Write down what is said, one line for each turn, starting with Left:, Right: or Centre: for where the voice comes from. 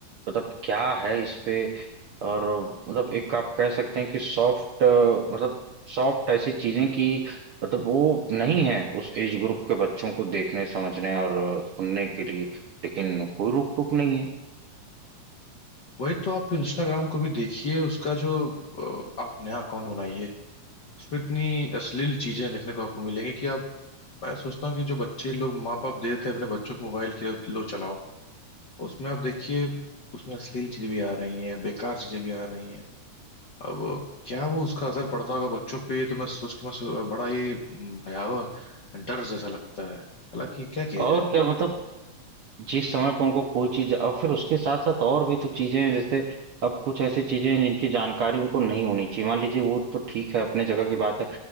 Right: मतलब क्या है इस पे और मतलब एक आप कह सकते हैं कि सॉफ्ट मतलब सॉफ्ट ऐसी चीजें कि मतलब वो नहीं है उस एज ग्रुप के बच्चों को देखने समझने और सुनने के लिए लेकिन कोई रोक टोक नहीं है
Left: वही तो आप इंस्टाग्राम को भी देखिए उसका जो अ, आप नया अकाउंट बनाइए उसमें इतनी अश्लील चीजें देखने को आपको मिलेंगी कि आप मैं सोचता हूँ कि जो बच्चे लोग माँ बाप दे देते हैं अपने बच्चों को मोबाइल के लो चलाओ उसमें आप देखिए उसमें अश्लील चीजें भी आ रही हैं बेकार चीजें भी आ रही हैं अब क्या वो उसका असर पड़ता होगा बच्चों पे ये तो मैं सोच के मैं सो- बड़ा ही हम्म, भयावह डर जैसा लगता है हालांकि क्या किया
Right: और
Left: जाए
Right: क्या मतलब जिस समय पर उनको कोई चीज और फिर उसके साथ साथ और भी तो चीजें हैं जैसे अब कुछ ऐसी चीजें हैं जिनकी जानकारी उनको नहीं होनी चाहिए मान लीजिए वो तो ठीक है अपने जगह की बात है